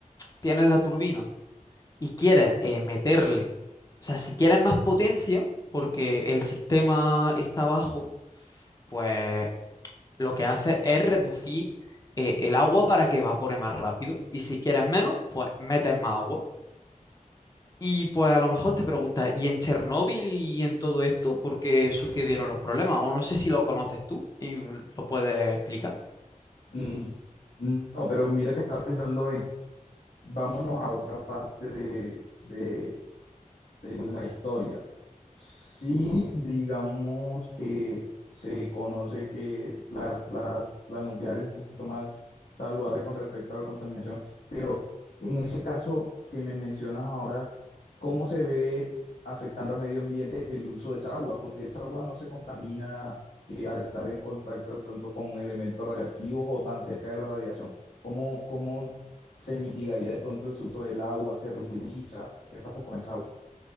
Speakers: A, on the left; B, on the left.
A: tienes la turbina y quieres eh, meterle, o sea, si quieres más potencia, porque el sistema está bajo, pues lo que hace es reducir eh, el agua para que evapore más rápido. Y si quieres menos, pues metes más agua. Y pues a lo mejor te preguntas, ¿y en Chernóbil y en todo esto por qué sucedieron los problemas? O no sé si lo conoces tú y lo puedes explicar.
B: Mm, No, pero mira que estaba pensando en, vámonos a otra parte de, de de la historia. Sí, digamos que se conoce que la, las- la nuclear es un poquito más saludable con respecto a la contaminación, pero en ese caso que me mencionas ahora, ¿cómo se ve afectando al medio ambiente el uso de esa agua? Porque esa agua no se contamina eh, al estar en contacto de pronto con elementos radiactivos o tan cerca de la radiación. ¿Cómo, cómo se mitigaría de pronto ese uso del agua? ¿Se reutiliza? ¿Qué pasa con esa agua?